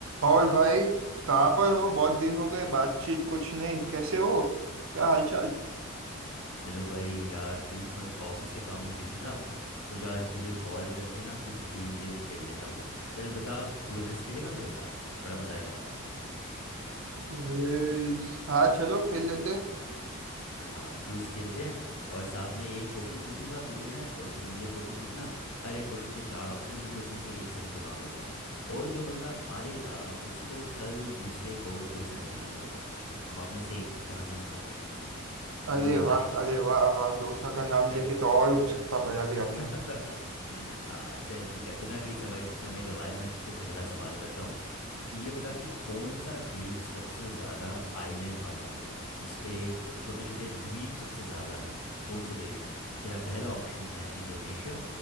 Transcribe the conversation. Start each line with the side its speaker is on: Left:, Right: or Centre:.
Right: और भाई कहाँ पर हो बहुत दिन हो गए बातचीत कुछ नहीं कैसे हो क्या हालचाल
Left: Hello भाई यार पूछ मत ऑफिस के काम में बिजी था सोचा आज तुझे कॉल करके ना कुछ गेम वेम खेल लेता हूँ चल बता क्विज खेलेगा मेरे साथ बड़ा मजा आएगा यार
Right: Quiz, हाँ चलो खेल लेते
Left: हाँ क्विज खेलते हैं और साथ में एक क्वेश्चन पूछूंगा तुझे मैं और तू मुझे क्वेश्चन पूछना हर एक क्वेश्चन के चार ऑप्शन होंगे उसमें से एक सही जवाब होगा और जो बंदा हारेगा उसको कल दूसरे को डोसा खिलाना पड़ेगा अब आपने सेम जहाँ से हम खाते हैं
Right: अरे
Left: जो बंदा हारेगा
Right: वाह
Left: उसको
Right: अरे वाह वाह डोसा का नाम
Left: ठीक
Right: लेके
Left: है
Right: तो और उत्सुकता बढ़ा दी
Left: <laughs>
Right: आपने
Left: हाँ चल ठीक है बिना कहीं समय समय गवाए मैं तुझसे पहला सवाल करता हूँ कि ये बता कि कौन सा देश सबसे ज़्यादा आइलैंड वाला है जिसपे छोटे छोटे द्वीप सबसे ज़्यादा हैं कौन से देश में तेरा पहला ऑप्शन है इंडोनेशिया